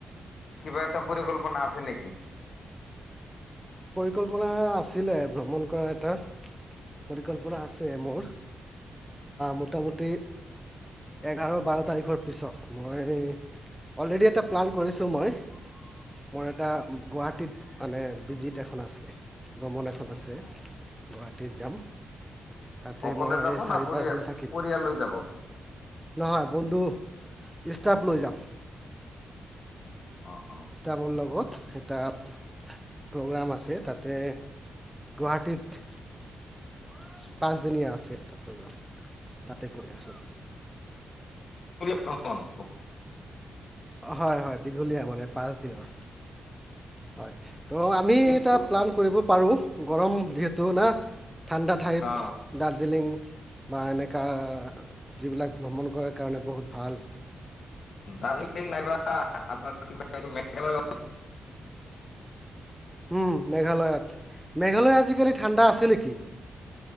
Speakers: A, on the left; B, in the centre.
A: কিবা এটা পৰিকল্পনা আছে নেকি?
B: পৰিকল্পনা আছিলে ভ্ৰমণ কৰাৰ এটা। পৰিকল্পনা আছে মোৰ মোটামুটি, এ আৰু বাৰ তাৰিখৰ পিছত মই অলৰেডি এটা প্লান কৰিছোঁ মই' মৰেটা গুৱাহাটীত মানে ভজিট খন আছে ভ্ৰমণ এখন আছে গুৱাহাটীত যাম তাতে
A: অকলে
B: মই
A: যাব
B: চাৰি
A: না পৰি
B: পাঁচদিন
A: পৰিয়াললৈ
B: থাকিম
A: যাব
B: নহয় বন্ধু ষ্টাফ লৈ যাম
A: অ
B: ষ্টাফৰ লগত এটা প্ৰগ্ৰাম আছে তাতে গুৱাহাটীত পাঁচদিনীয়া আছে এটা প্ৰগ্ৰাম তাতে গৈ আছোঁ
A: ভ্ৰমণ
B: হয় হয় দীঘলীয়া মানে পাঁচদিনৰ হয় তো আমি
A: কিন্তু
B: এটা প্লান কৰিব পাৰোঁ গৰম যিহেতু না ঠাণ্ডা ঠাইত
A: অ
B: দাৰ্জিলিং বা এনেকুৱা যিবিলাক ভ্ৰমণ কৰাৰ কাৰণে বহুত ভাল
A: দাৰ্জিলিং নাইবা আপোনাৰ কি কয় এইটো মেঘালয়
B: উম মেঘালয়ত মেঘালয় আজিকালি ঠাণ্ডা আছিল নেকি